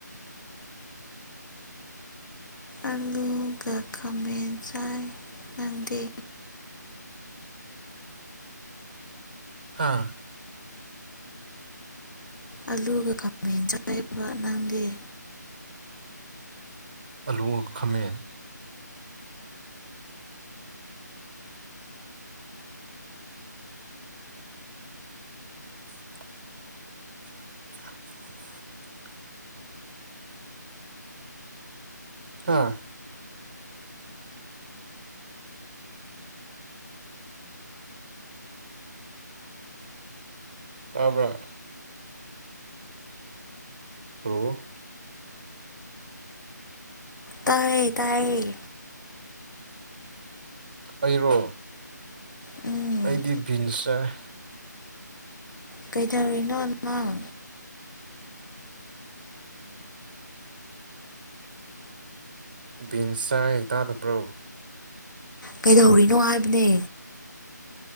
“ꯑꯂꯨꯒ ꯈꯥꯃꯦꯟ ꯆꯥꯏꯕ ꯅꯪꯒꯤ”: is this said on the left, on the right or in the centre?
Left